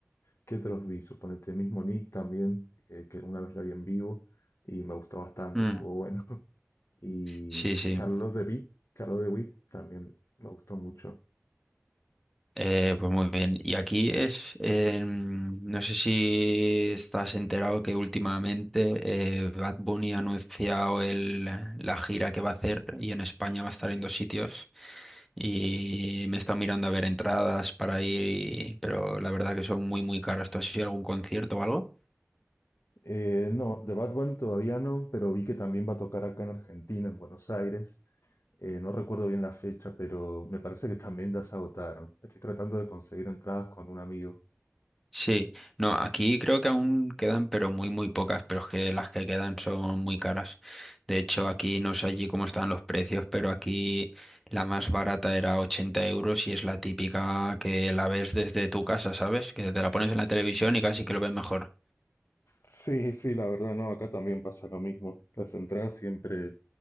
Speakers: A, on the left; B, in the centre.
A: ¿qué otros vi? Suponete mismo Nick también, eh, que una vez la vi en vivo y me gustó bastante,
B: mm,
A: estuvo bueno. <laughs> Y
B: Sí, sí.
A: Charlotte de Witt, Charlotte de Witt también me gustó mucho.
B: Eh, pues muy bien. Y aquí es, em, no sé si estás enterado que últimamente eh, Bad Bunny ha anunciado el- la gira que va a hacer y en España va a estar en dos sitios y me está mirando a ver entradas para ir, y- pero la verdad que son muy muy caras. ¿Tú has ido a algún concierto o algo?
A: Eh, no, de Bad Bunny todavía no, pero vi que también va a tocar acá en Argentina, en Buenos Aires. Eh, no recuerdo bien la fecha, pero me parece que también ya se agotaron. Estoy tratando de conseguir entradas con un amigo.
B: Sí, no, aquí creo que aún quedan, pero muy, muy pocas, pero es que las que quedan son muy caras. De hecho, aquí no sé allí cómo están los precios, pero aquí la más barata era 80 euros y es la típica que la ves desde tu casa, ¿sabes? Que te la pones en la televisión y casi que lo ves mejor.
A: Sí, sí, la verdad, no, acá también pasa lo mismo. Las entradas siempre